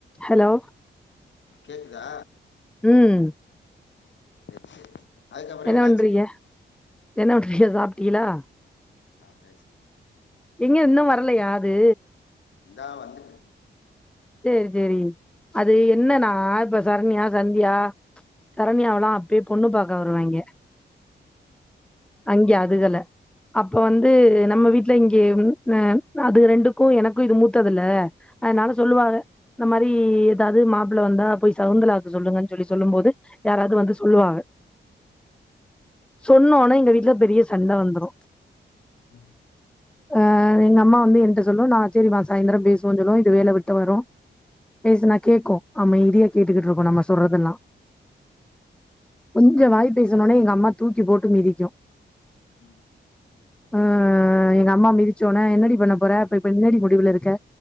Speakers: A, in the centre; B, on the left (about 70°).
A: Hello
B: கேக்குதா
A: ம்
B: சரி சரி அதுக்கப்புறோ
A: என்ன
B: என்னாச்சு
A: பண்றீங்க என்ன பண்றீங்க சாப்பிட்டீலா
B: சாப்ட்டாச்சு
A: எங்க இன்னு வரலயா அது
B: இந்தா வந்துக்கிரு
A: சேரி சேரி அது
B: ம்
A: என்னன்னா இப்ப சரண்யா சந்தியா சரண்யாவெல்லா அப்யே பொண்ணு பாக்க வருவாய்ங்க அங்கே அதுகல அப்ப வந்து நம்ம வீட்ல இங்கே ம் அதுக ரெண்டுக்கு எனக்கு இது மூத்தது இல்ல அதனால சொல்லுவாக இந்த மாதிரி எதாவுது மாப்பிள வந்தா போய் சவுந்தலாக் கு சொல்லுங்கனு சொல்லி சொல்லும் போது யாராவுது வந்து சொல்லுவாங்க சொன்ன ஒன்னே எங்க வீட்ல பெரிய சண்ட வந்துரு
B: ம்
A: அ எங்க அம்மா வந்து என்ட்ட சொல்லு நா சேரிமா சாய்ந்தர பேசுவோன்னு சொல்லு இது வேல வெட் தவறா பேசுனா கேக்கு அமைதியா கேட்டுகிட்டு இருக்கு நம்ம சொல்றதெல்லா கொஞ்சோ வாய் பேசுன ஒன்னே எங்க அம்மா தூக்கி போட்டு மிதிக்கு
B: ம்
A: ஆ எங்க அம்மா மிதிச்ச ஒன்னே என்னடி பண்ண போற இப்ப இப்ப என்னடி முடிவுல இருக்க